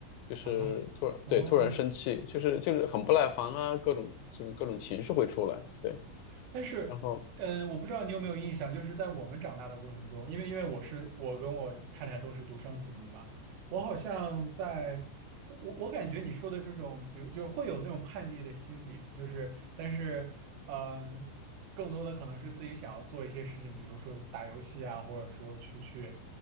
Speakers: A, on the left (about 75°); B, on the right (about 85°).
A: 就是突然对突然生气，
B: 啊，哦。
A: 就是就是很不耐烦啊，各种就是各种情绪会出来，对，
B: 但是，
A: 然后
B: 呃，我不知道你有没有印象，就是在我们长大的过程中，因为因为我是我跟我太太都是独生子女嘛，我好像在，我我感觉你说的这种，比如就会有那种叛逆的心理，就是，但是，嗯、更多的可能是自己想要做一些事情，比如说打游戏啊，或者说出去，